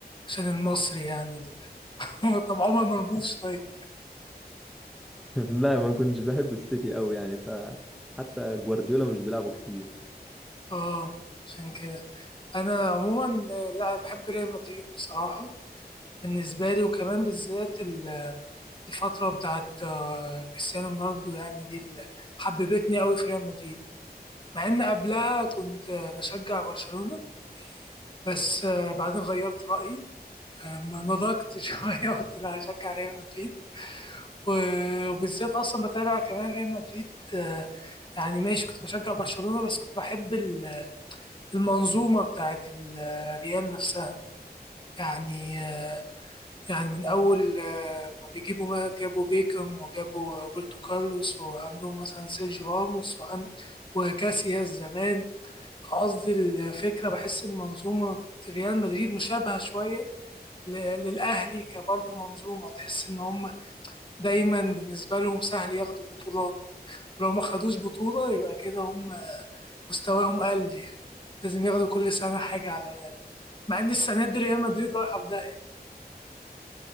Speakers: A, on the left (about 30°); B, in the centre.
A: عشان المصري يعني ال- <laughs> طب عمر مرموش
B: <laughs>
A: طيب
B: لا ما كنتش بحب السيتي قوي يعني فحتى جوارديولا مش بيلعبه كتير
A: اه عشان كده انا عموما آه، لا أنا بحب ريال مدريد بصراحه بالنسبه لي وكمان بالذات ال- الفتره بتاعت آه، كريستيانو رونالدو يعني دي اللي حببتني قوي في ريال مدريد مع ان قبلها كنت آه، بشجع برشلونه بس آه، بعدين غيرت رايي آه، ما نضجت <laughs> شويه قلت لا هشجع ريال مدريد و- وبالذات اصلا بتابع كمان ريال مدريد آه، يعني ماشي كنت بشجع برشلونه بس كنت بحب ال- المنظومه بتاعت ال- ريال نفسها يعني يعني من أول آه، ما بيجيبوا ما جابوا بيكم وجابوا آه، روبرتو كارلوس وعندهم مثلا سيرجيو راموس وعن وكاسياس زمان فقصدي الفكرة بحس إن منظومة ريال مدريد مشابهة شوية ل- للأهلي كبرضه منظومة تحس إن هم دايما بالنسبة لهم سهل ياخدوا بطولات ولو ما خدوش بطولة يبقى كده هم مستواهم قل يعني لازم ياخدوا كل سنة حاجة على الأقل، مع إن السنة دي ريال مدريد رايحة في داهية